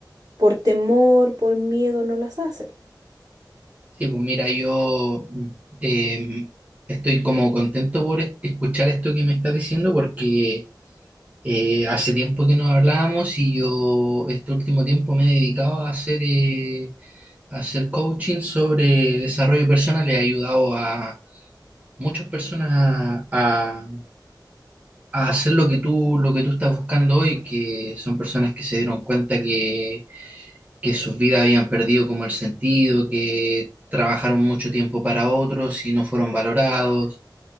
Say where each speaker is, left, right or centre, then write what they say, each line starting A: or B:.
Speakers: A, on the right; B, on the right.
A: por temor, por miedo, no las hace.
B: Sí, pues mira, yo eh, estoy como contento por es- escuchar esto que me estás diciendo porque Eh, hace tiempo que no hablábamos y yo este último tiempo me he dedicado a hacer, eh, a hacer coaching sobre desarrollo personal. He ayudado a muchas personas a, a hacer lo que tú, lo que tú estás buscando hoy, que son personas que se dieron cuenta que, que sus vidas habían perdido como el sentido, que trabajaron mucho tiempo para otros y no fueron valorados,